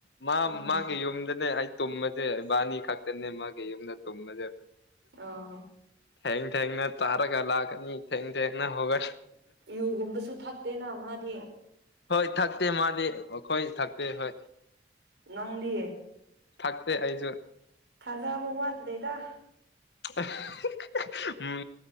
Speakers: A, on the left (about 70°); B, on the right (about 80°).
A: ꯃꯥ
B: ꯎꯝ
A: ꯃꯥꯒꯤ ꯌꯨꯝꯗꯅꯦ ꯑꯩ ꯇꯨꯝꯃꯁꯦ ꯏꯕꯥꯅꯤ ꯈꯛꯇꯅꯦ ꯃꯥꯒꯤ ꯌꯨꯝꯗ ꯇꯨꯝꯃꯁꯦ
B: ꯑ
A: ꯊꯦꯡ ꯊꯦꯡꯅ ꯇꯥꯔꯒ ꯂꯥꯛꯀꯅꯤ ꯊꯦꯡ ꯊꯦꯡꯅ ꯍꯒꯠ
B: ꯌꯨꯒꯨꯝꯕꯁꯨ ꯊꯛꯇꯦꯅ ꯃꯥꯗꯤ
A: ꯍꯣꯏ ꯊꯥꯛꯇꯦ ꯃꯥꯗꯤ ꯑꯣꯈꯣꯏ ꯊꯥꯛꯄ ꯍ
B: ꯅꯪꯗꯤꯌꯦ
A: ꯊꯥꯛꯇꯦ ꯑꯩꯁꯨ
B: ꯊꯥꯖ ꯑꯕ ꯋꯥꯠ ꯂꯩ ꯇ
A: <unintelligible> ꯎꯝ